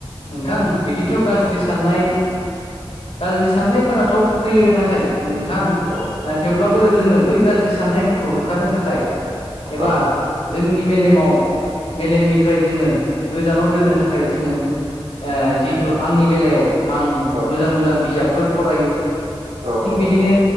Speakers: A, on the left; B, on the right.
A: नोंथां बिदिथ' गाज्रि साननाय गाज्रि साननायफोराथ'
B: औ
A: फैयो नाथाय नाथाय नोंथां
B: औ
A: थेवब्लाबो जोङो बै गाज्रि साननायफोरखौ होखारनो थाखाय एबा
B: औ
A: जोंनि मेलेमाव मेलेमनि निफ्राय जोङो गोजानाव दोननो थाखाय जोङो ओ जिहेथु आंनि बेलायाव आं
B: औ
A: मोजां मोजां बिजाबफोर फरायो
B: औ
A: थिग
B: औ
A: बिदिनो
B: औ